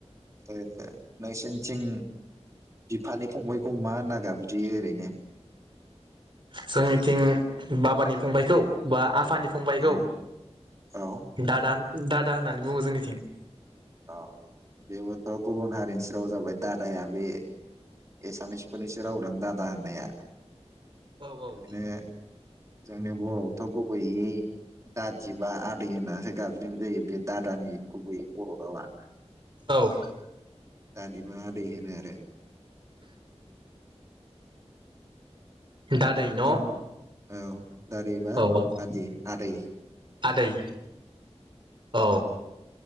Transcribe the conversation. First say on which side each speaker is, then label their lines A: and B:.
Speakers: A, on the right; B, on the right.
A: ओ नोंसिनथिं बिफानि फंबायखौ मा होनना गाबजियो ओरैनो?
B: जोंनिथिं बाबानि फंबायखौ बा आफानि फंबायखौ
A: औ औ
B: दादान दादा होननानै बुङो जोंनिथिं ।
A: अ बेबोथ' गुबुन हारिनिसो राव जाबाय दादाया। बे एसामिसफोरनिसो रावदां दादा होननाया?
B: औ औ।
A: ओरैनो जोंनि बर'आवथ' गुबैयै दादि बा आदै होननानैसो गाबज्रिनाय जायो बे दादानि गुबै बर' रावा ।
B: औ ।
A: दादि बा आदै होनो आरो । <unintelligible>
B: दा दै
A: नोंथां
B: न'
A: औ । दादै बा
B: औ औ
A: आदि आदै
B: आदै <inaudible> औ